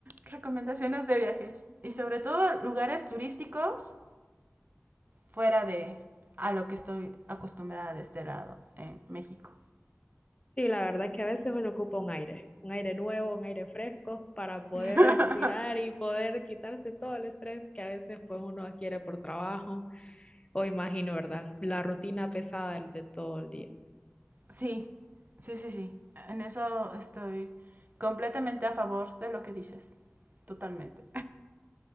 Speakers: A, on the right; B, on the left.
A: Recomendaciones de viajes y sobre todo lugares turísticos fuera de a lo que estoy acostumbrada de este lado en México.
B: Sí, la verdad que a veces uno ocupa un aire, un aire nuevo, un aire fresco para poder
A: <laughs>
B: respirar y poder quitarse todo el estrés que a veces pues uno adquiere por trabajo o imagino, ¿verdad? La rutina pesada del- de todo el día.
A: sí, sí, sí, sí. En eso estoy completamente a favor de lo que dices, totalmente.